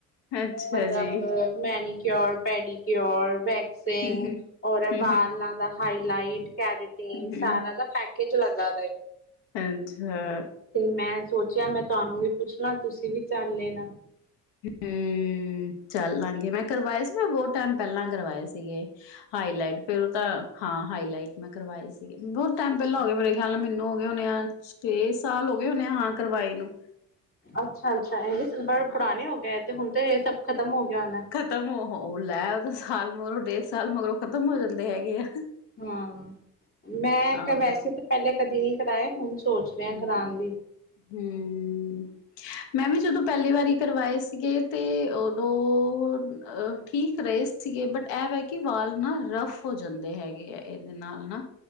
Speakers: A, on the left; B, on the left.
A: ਅੱਛਾ
B: ਮਤਲਬ
A: ਜੀ
B: manicure, pedicure, wax ਸਿੰਗ
A: ਹਮ ਹਮ
B: ਔਰ ਏ ਵਾਲਾਂ
A: ਹਮ
B: ਦਾ ਹਾਈਲਾਈਟ, ਕੈਰੇਟੀਨ,
A: ਹਮ ਹਮ
B: ਸਾਰਾ ਦਾ ਪੈਕ ਕਿਜ ਲੱਗਾ ਦਾ ਏ।
A: ਅੰਛਾ
B: ਤੇ ਮੈਂ ਸੋਚੇਆ ਮੈਂ ਤੁਆਨੂੰ ਵੀ ਪੁੱਛ ਲਾਂ ਤੁਸੀਂ ਵੀ ਚੱਲ ਲੇਨਾ।
A: ਹੂੰ, ਚੱਲ ਲਾਂਗੇ ਮੈਂ ਕਰਵਾਏ ਸੀ ਮੈਂ ਬਹੁ ਟੈਮ ਪੈਲਾਂ ਕਰਵਾਏ ਸੀਗੇ। ਹਾਈਲਾਈਟ ਫਿਰ ਓ ਤਾਂ ਹਾਂ ਹਾਈਲਾਈਟ ਮੈਂ ਕਰਵਾਏ ਸੀਗੇ ਬੋਤ ਟੈਮ
B: ਅੱਛਾ
A: ਪੈਲਾਂ ਹੋਗੇ ਮੇਰੇ ਖਿਆਲ ਨਾਲ ਮੈਨੂੰ ਹੋ ਗਏ ਹੋਨੇ ਆ, ਛੇ ਸਾਲ ਹੋ ਗਏ ਹੋਨੇ ਆ ਹਾਂ ਕਰਵਾਏ ਨੂੰ।
B: ਅੱਛਾ-ਅੱਛਾ, ਏ <unintelligible> ਬੜਾ
A: ਹਾਂ
B: ਪੁਰਾਨੇ ਹੋ ਗਏ, ਤੇ ਹੁਨ ਤੇ ਏ ਸਬ ਖ਼ਤਮ ਹੋ ਗਿਆ ਹੋਨੈ।
A: ਖਤਮ ਓਹੋ ਲੈ ਓ ਤਾਂ ਸਾਲ ਮਗਰੋਂ ਡੇਢ ਸਾਲ ਮਗਰੋਂ ਖ਼ਤਮ ਹੋ ਜਾਂਦੇ ਹੈਗੇ ਆ।
B: ਹਾਂ, ਮੈਂ ਇੱਕ
A: ਹਾਂ
B: ਵੈਸੇ ਤੇ ਪੈਲੇ ਕਦੀ ਨੀ ਕਰਾਏ, ਹੁਨ ਸੋਚ ਰੇ ਆਂ
A: ਹੂੰ,
B: ਕਰਾਨ ਦੀ।
A: ਹੂੰ
B: <inaudible>
A: ਮੈਂ ਵੀ ਜਦੋਂ ਪੈਲੀ ਵਾਰੀ ਕਰਵਾਏ ਸੀਗੇ, ਤੇ ਓਦੋਂ ਅ ਠੀਕ ਰਏ ਸ ਸੀਗੇ ਬਟ ਐ ਵੈ ਕੇ ਵਾਲ ਨਾ ਰਫ ਹੋ ਜਾਂਦੇ ਹੈਗੇ ਐ ਏਦੇ ਨਾਲ ਨਾ।